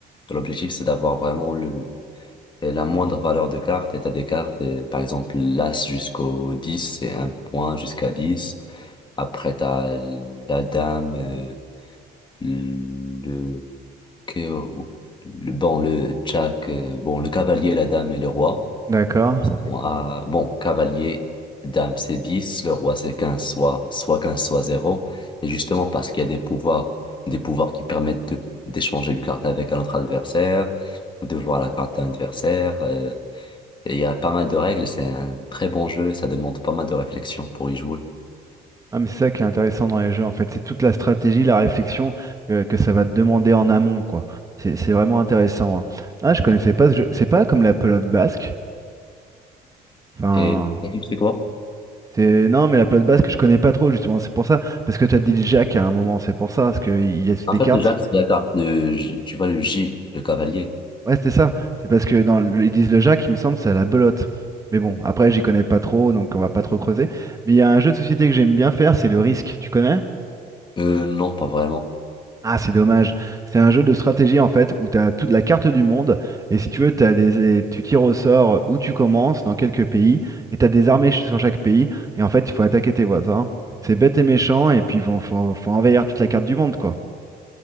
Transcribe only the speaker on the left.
L'objectif, c'est d'avoir vraiment le Et la moindre valeur de carte, et t'as des cartes, et par exemple l'As jusqu'au 10 c'est un point jusqu'à dix Après, t'as la Dame, euh, le, que- le, bon, le Jack, euh, bon, le Cavalier, la Dame et le Roi.
On a- bon, Cavalier, Dame, c'est 10 le Roi, c'est 15 soit, soit 15 soit zéro Et justement, parce qu'il y a des pouvoirs, des pouvoirs qui permettent de- d'échanger une carte avec un autre adversaire, de voir la carte à l'adversaire. Et il y a pas mal de règles, c'est un très bon jeu et ça demande pas mal de réflexion pour y jouer.
Et le type, c'est quoi?
En
fait,
le jack c'est la carte de, J- tu vois, le J, le cavalier.
Euh, non, pas vraiment.